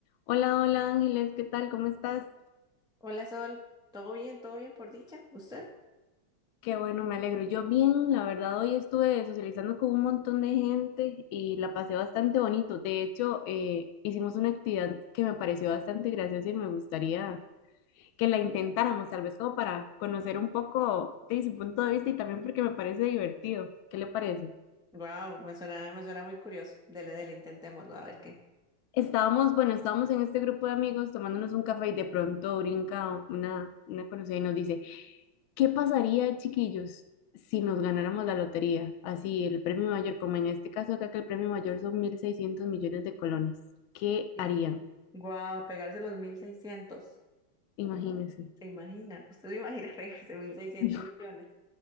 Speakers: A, on the left (about 80°); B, in the centre.
A: Hola, hola Ángeles, ¿qué tal? ¿Cómo estás?
B: Hola Sol, ¿todo bien? ¿Todo bien por dicha? ¿Usted?
A: Qué bueno, me alegro. Yo bien, la verdad, hoy estuve socializando con un montón de gente y la pasé bastante bonito. De hecho, eh, hicimos una actividad que me pareció bastante graciosa y me gustaría que la intentáramos, tal vez como para conocer un poco de su punto de vista y también porque me parece divertido. ¿Qué le parece?
B: Wow, me suena, me suena muy curioso. Dele, dele, intentémoslo, a ver qué.
A: Estábamos, bueno, estábamos en este grupo de amigos tomándonos un café y de pronto brinca una, una conocida y nos dice. ¿Qué pasaría, chiquillos, si nos ganáramos la lotería? Así, el premio mayor, como en este caso acá que el premio mayor son 1.600 millones de colones. ¿Qué
B: Sí.
A: harían?
B: Wow, pegarse los mil seiscientos,
A: Imagínense.
B: ¿Se imagina? ¿Usted se imagina <laughs> pegarse 1.600
A: <laughs>
B: millones?